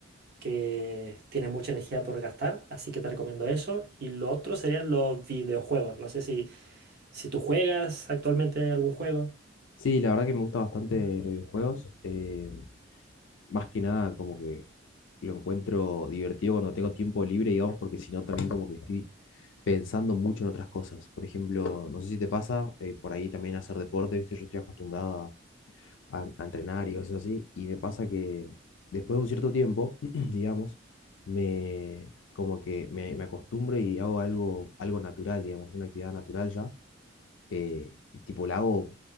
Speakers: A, on the right; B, on the left.
A: que tienes mucha energía por gastar, así que te recomiendo eso. Y lo otro serían los videojuegos. No sé si, si tú juegas actualmente algún juego.
B: Sí, la verdad que me gusta bastante los videojuegos. eh, más que nada como que lo encuentro divertido cuando tengo tiempo libre, digamos, porque si no también como que estoy pensando mucho en otras cosas. Por ejemplo, no sé si te pasa, eh, por ahí también hacer deporte, ¿viste? Yo estoy acostumbrado a, a entrenar y cosas así. Y me pasa que después de un cierto tiempo, <clears throat> digamos, me como que me, me acostumbro y hago algo, algo natural, digamos, una actividad natural ya. eh, tipo, la hago